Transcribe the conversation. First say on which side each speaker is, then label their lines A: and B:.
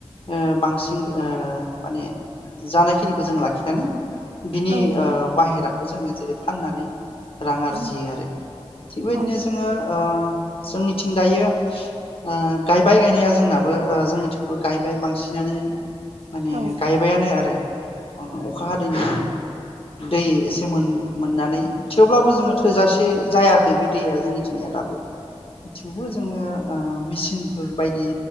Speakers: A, on the left; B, on the right.
A: ओ बांसिन ओ माने जानायखिनिखौ जों लाखिनानै बिनि
B: औ
A: ओ बाहेराखौ जोङो जेरै फाननानै रां आरजियो
B: औ
A: आरो थिगबायदिनो
B: औ
A: जोङो ओ जोंनिथिं दायो ओ गायबाय गायनाया जोंनाबो ओ जोंनिथिंबो गायबाय बांसि नानो माने
B: औ
A: गायबायानो आरो अखा हादैनि दै एसे मोननानै थेवब्लाबो जोङो थोजासे जायाखै बे दैया जोंनिथिंनिया दाबो थेवबो जोङो ओ मेचिनफोर बायदि